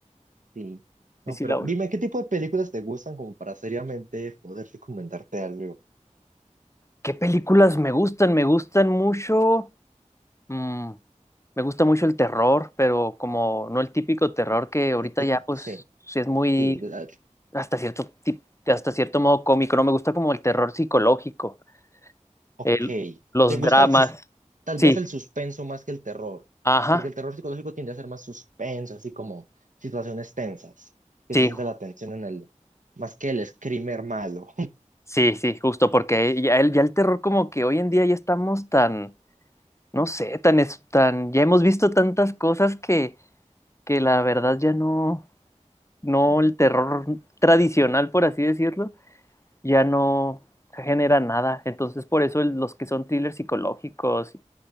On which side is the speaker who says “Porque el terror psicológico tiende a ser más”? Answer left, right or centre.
Right